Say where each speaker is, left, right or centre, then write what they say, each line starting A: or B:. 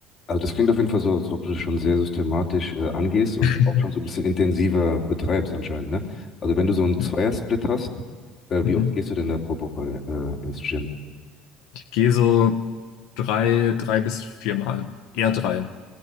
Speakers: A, on the left (about 30°); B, on the left (about 75°).
A: Also das klingt auf jeden Fall so, als ob du das schon sehr systematisch äh, angehst und
B: <laughs>
A: auch schon so ein bisschen intensiver betreibst anscheinend, ne? Also wenn du so einen
B: Ja.
A: Zweiersplit hast, äh,
B: Mhm.
A: wie oft gehst du denn da pro Woche äh, ins Gym?
B: Ich gehe so drei, drei bis viermal. Eher drei.